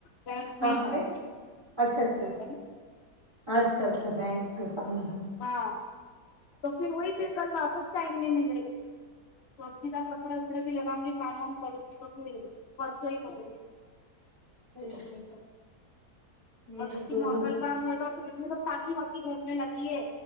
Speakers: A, on the left; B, on the right.
A: بینک
B: کہاں
A: میں جانا
B: پے پہ اچھا اچھا
A: ہے
B: اچھا اچھا بینک ہمم
A: ہاں تو پھر وہی پہ کل واپس ٹائم نہیں ملے گا تو اپ سیدھا کپڑے وپڑے بھی لگاؤ گی کام وام کرو گی تو پھر پرسوں ہی کرو گی
B: <unintelligible>
A: <unintelligible>
B: میری
A: کام
B: دورو
A: ہوتاا تو ا تو تاکی واقی گھرنے لگی ہے